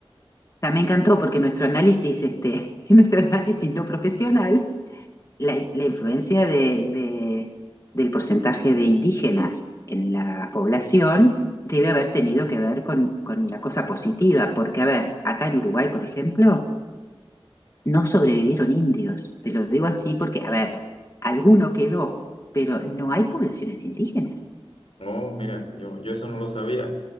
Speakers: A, on the left; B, on the left.
A: También me encantó porque nuestro análisis, este, <laughs> nuestro análisis no profesional, la, la influencia de, de- del porcentaje de indígenas en la población debe haber tenido que ver con, con la cosa positiva, porque, a ver, acá en Uruguay, por ejemplo, no sobrevivieron indios. Te lo digo así porque, a ver, alguno quedó, pero no hay poblaciones indígenas.
B: Oh, mira, yo, yo eso no lo sabía.